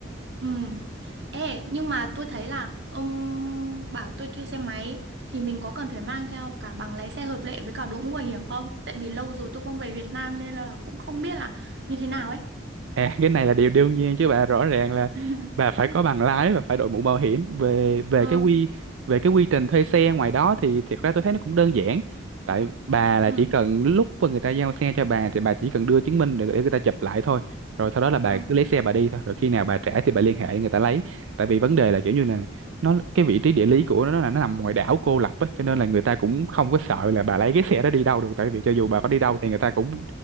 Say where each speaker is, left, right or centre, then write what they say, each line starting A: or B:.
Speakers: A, on the right; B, on the right.
A: Ừ. Ê, nhưng mà tôi thấy là ông bảo tôi thuê xe máy thì mình có cần phải mang theo cả bằng lái xe hợp lệ với cả đội mũ bảo hiểm không? Tại vì lâu rồi tôi không về Việt Nam nên là cũng không biết là như thế nào ấy.
B: À, cái này là điều đương nhiên chứ bà rõ ràng là
A: <laughs>
B: bà phải có bằng lái và phải đội mũ bảo hiểm về về
A: Ừ.
B: cái quy về cái quy trình thuê xe ngoài đó thì thiệt ra tôi thấy nó cũng đơn giản tại bà là
A: Ừ.
B: chỉ cần lúc mà người ta giao xe cho bà thì bà chỉ cần đưa chứng minh để, để người ta chụp lại thôi rồi sau đó là bà
A: Ừ.
B: cứ lấy xe bà đi thôi rồi khi nào bà trả thì bà liên hệ để người ta lấy tại vì vấn đề là kiểu như là nó cái vị trí địa lý của nó là nó nằm ngoài đảo cô lập á cho nên là người ta cũng không có sợ là bà lấy cái xe đó đi đâu được tại vì cho dù bà có đi đâu thì người ta cũng